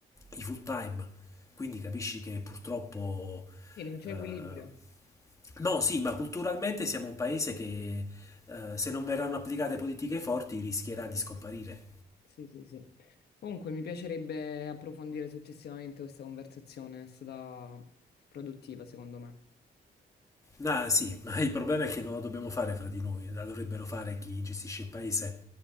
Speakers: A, on the left (about 20°); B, on the left (about 70°).
A: i full time, quindi capisci che purtroppo...
B: Sì, non c'è
A: eh,
B: equilibrio.
A: no, sì, ma culturalmente siamo un paese che eh, se non verranno applicate politiche forti rischierà di scomparire.
B: Sì, sì, sì. Comunque, mi piacerebbe approfondire successivamente questa conversazione, è stata produttiva, secondo me.
A: Ah, sì, ma il problema è che non la dobbiamo fare fra di noi, la dovrebbero fare chi gestisce il paese.